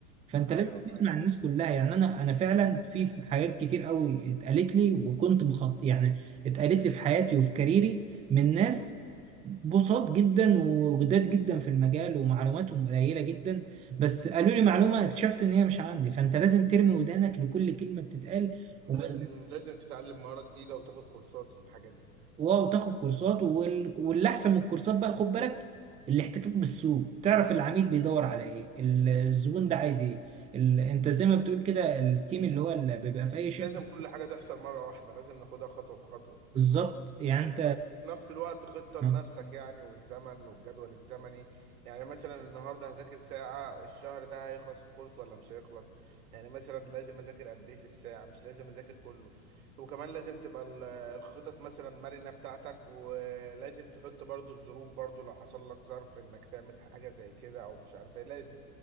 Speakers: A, on the right; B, on the right.
A: فانت
B: ايوه
A: لازم
B: فاهم
A: تسمع الناس كلها يعني انا انا فعلا في في حاجات كتير قوي اتقالت لي وكنت مخط يعني اتقالت لي في حياتي وفي كاريري من ناس بساط جدا وجداد جدا في المجال ومعلوماتهم قليله جدا بس قالوا لي معلومه اكتشفت ان هي مش عندي فانت لازم ترمي ودانك لكل كلمه بتتقال
B: لازم
A: وما
B: لازم تتعلم مهارة جديدة وتاخد كورسات في الحاجة دي
A: واو تاخد كورسات وال... واللي احسن من الكورسات بقى خد بالك الاحتكاك بالسوق تعرف العميل بيدور على ايه ال- الزبون ده عايز ايه ال... انت زي ما بتقول كده التيم اللي هو اللي بيبقى في اي
B: مش
A: شركه
B: لازم كل حاجة تحصل مرة واحدة لازم ناخدها خطوة بخطوة
A: بالظبط يعني
B: في نفس الوقت خطة لنفسك
A: انت
B: يعني والزمن والجدول الزمني يعني مثلا النهاردة هذاكر ساعة الشهر ده هيخلص الكورس ولا مش هيخلص يعني مثلا لازم أذاكر قد إيه في الساعة مش لازم أذاكر كله وكمان لازم تبقى ال- الخطط مثلا مرنة بتاعتك ولازم تحط برضو الظروف برضو لو حصل لك ظرف إنك تعمل حاجة زي كده أو مش عارف إيه لازم